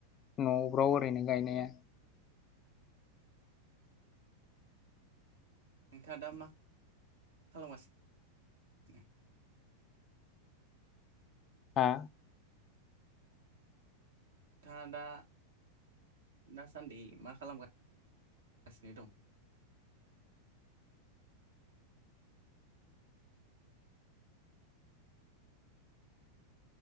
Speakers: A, on the left (about 30°); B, on the right (about 65°).
A: न'फ्राव ओरैनो गायनाया
B: नोंथाङा दा मा खालामगासिनो
A: हा
B: था दा दासान्दि मा खालामगासिनो दं?